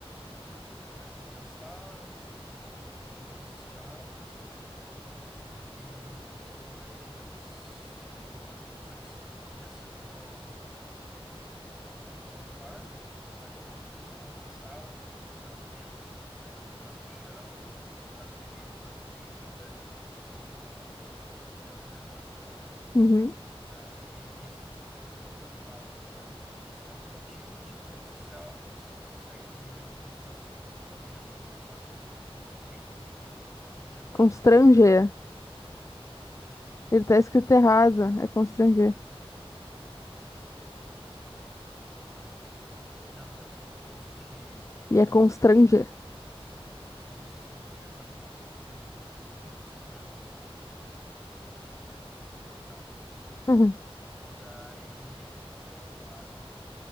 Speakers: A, in the centre; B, on the left (about 30°).
A: Daí tem as falas que eu já, te, eu já tinha te mostrado. E depois. Depois tem a cena no. no quarto, no quarto não, desculpa, na sala do apartamento, que daí eu vou estar no chão, daí eu vou estar com o livro na frente, daí eu tiro o livro e daí eu me levanto.
B: Uhum.
A: Daí nisso eu, eu, eu eu falo é, um aplicativo tipo rede social onde você consegue unir a divisão dos pagamentos sem constranger ninguém. Daí eu me levanto,
B: Constranger.
A: fico sentado, constranger,
B: Ele tá escrito errado,
A: constranger,
B: é constranger.
A: constranger, constranger. Não, estava escrito constranger.
B: E é constranger.
A: Constringer. Não. não é pera- Constranger. Tá.
B: Uhum.
A: Daí, daí eu vou falar.